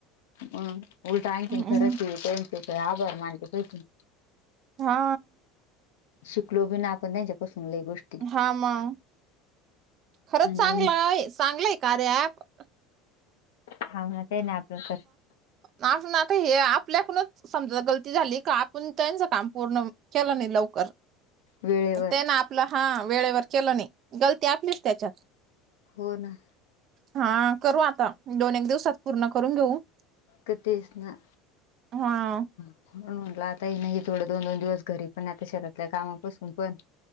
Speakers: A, on the left; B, on the right.
A: हम, उलटं आईचं
B: हम्म
A: खरचय, त्यांचे तर आभार मानले पाहिजे.
B: हा.
A: शिकलो बी न् आपण त्यांच्यापासून लई गोष्
B: हा मग! खरंच
A: आणि
B: चांगलाय, चांगलय कार्या अँप.
A: हा. हा. ते नाही आपलं तर.
B: ना नाता हे आपल्याकूनच समजा गलती झाली का पुण त्यांचं काम पूर्ण केलं नाही लवकर.
A: वेळेवर
B: त्यानं आपलं हा वेळेवर केलं नाही. गलती आपलीच त्याच्यात.
A: हो ना.
B: हा, करू आता. दोन-एक दिवसात पूर्ण करून घेऊ.
A: तर तेच ना
B: हा.
A: म्हणून म्हटलं. आता हे नाही थोडं दोन-दोन दिवस घरी पण आता शेतातल्या कामापसून पण